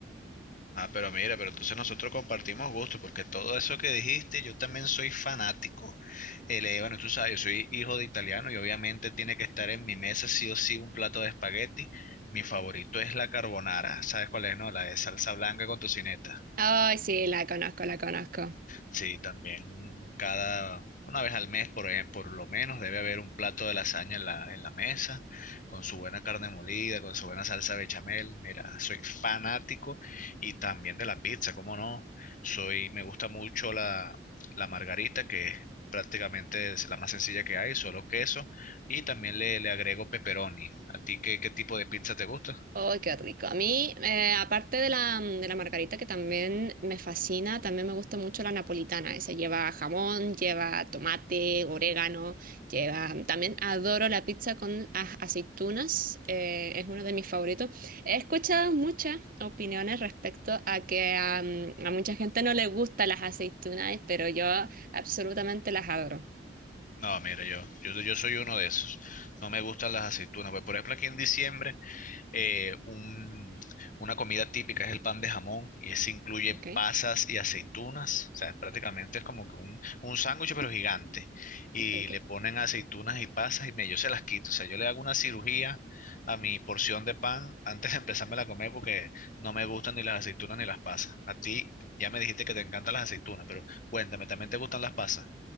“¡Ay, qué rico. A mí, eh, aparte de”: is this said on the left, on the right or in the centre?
Right